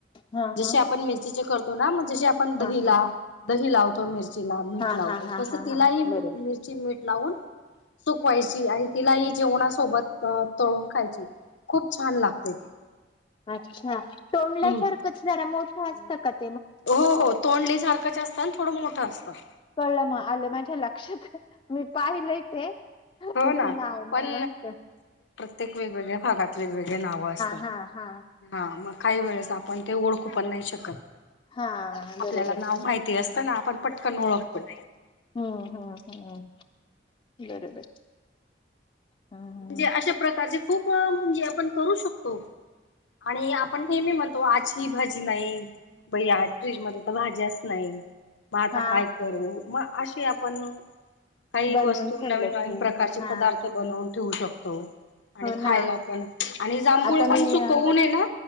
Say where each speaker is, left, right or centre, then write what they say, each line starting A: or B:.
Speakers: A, on the left (about 30°); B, on the left (about 85°).
A: हा
B: जसे
A: हा
B: आपण मिरचीचे करतो हा म्हणजे आपण दहीला
A: हा हा
B: दही लावतो मिरचीला मीठ
A: हा
B: लावतो
A: हा हा हा
B: तस
A: हा
B: तिलाही
A: हा
B: मिरची
A: बरोबर
B: मीठ लावून सुकवायची आणि तिलाही जेवणासोबत तळून खायची. खूप छान लागते ती
A: अच्छा तोंडल्यासारखंच
B: हम्म
A: जरा मोठी हसतकत.
B: हो हो तोंडली सारखं जास्त पण थोड मोठा असत.
A: कळलं मग आलं माझ्या लक्षात. मी पाहिलंय ते त्याच
B: हो ना
A: नाव नाही
B: पण
A: महटल.
B: ते <unintelligible> वेगळ्या भागात वेगवेगळे नाव असतात
A: हा हा
B: हा मग काही वेळेस आप पण ते ओळखू पण नाही शकत,
A: हा
B: आपल्याला
A: बरोबर
B: नाव माहिती असतना आपण पटकन
A: हम्म
B: ओळखतो.
A: हम्म हम्म हम्म बरोबर. हम्म
B: म्हणजे अशा प्रकारचे खूप म्हणजे आपण करू शकतो आणि आपण नेहमी म्हणतो आज ही भाजी नाही बया आज फ्रीज मध्ये तर भाज्याचं नाही. म आता
A: हा
B: काय करू म अशी आपण नु काही
A: बनवून
B: वस्तू
A: ठेवलं
B: नवीन नवीन
A: की
B: प्रकारचे
A: हा
B: पदार्थ बनवून ठेऊ शकतो. आणि
A: हो
B: खायला
A: ना
B: पण आणि जांभूळ
A: आता
B: पण
A: मी
B: सुकवू
A: अ,
B: नये ना